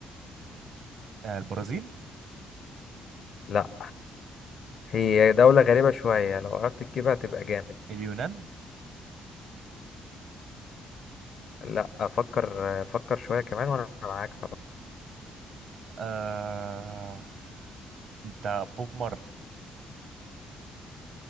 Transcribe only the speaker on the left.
لا هي دولة غريبة شوية لو عرفت تجيبها تبقى جامد
لا افكر افكر شوية كمان وانا معاك